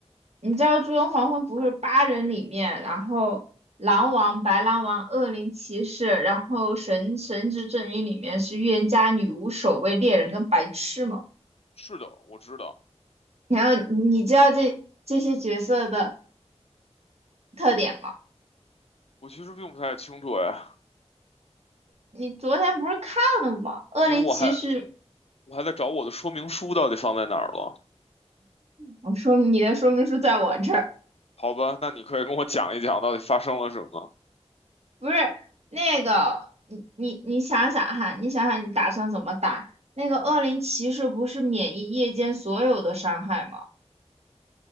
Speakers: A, on the right (about 65°); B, on the left (about 60°).
A: 你知道《诸神黄昏》不是八人里面，然后狼王、白狼王、恶灵骑士，然后神神之阵营里面是预言家、女巫、守卫、猎人跟白痴吗？
B: 是的，我知道。
A: 然后你知道这这些角色的特点吗？
B: 我其实并不太清楚哎，
A: 你昨天不是看了吗？恶灵骑士，
B: 因为我还我还在找我的说明书到底放在哪儿了。
A: 我说你的说明书在我这儿，
B: 好吧，那你可以跟我讲一讲到底发生了什么。
A: 不是那个你你你想想哈，你想想你打算怎么打？那个恶灵骑士不是免疫夜间所有的伤害吗？